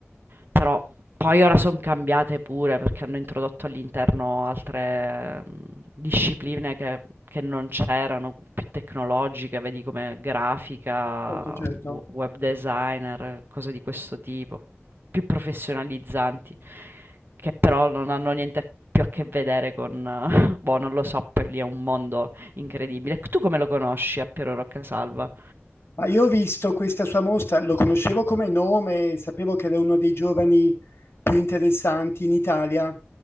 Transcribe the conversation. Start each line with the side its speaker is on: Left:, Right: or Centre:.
Right: però poi ora sono cambiate pure perché hanno introdotto all'interno altre mh, discipline che, che non c'erano, più tecnologiche, vedi come grafica,
Left: Certo, certo.
Right: w- web designer, cose di questo tipo, più professionalizzanti. Che però non hanno niente più a che vedere con <laughs> boh, non lo so, poi lì è un mondo incredibile. Tu come lo conosci a Piero Roccasalva?
Left: Ma io ho visto questa sua mostra, lo conoscevo come nome, sapevo che era uno dei giovani più interessanti in Italia